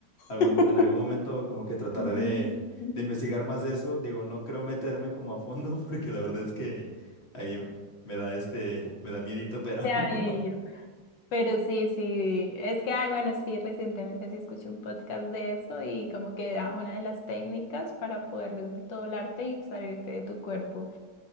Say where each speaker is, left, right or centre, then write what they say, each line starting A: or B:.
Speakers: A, on the left; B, on the left.
A: algún,
B: <laughs>
A: en algún momento como que trataré
B: <laughs>
A: de, de investigar más de eso. Digo, no creo meterme como a fondo <laughs> porque la verdad es que ahí me da este, me da miedito, pero
B: ya
A: <laughs>
B: amé, Pero sí, sí, es que, ay, bueno, sí, recientemente sí escuché un podcast de eso y como que era una de las técnicas para poder desdoblarte y salirte de tu cuerpo.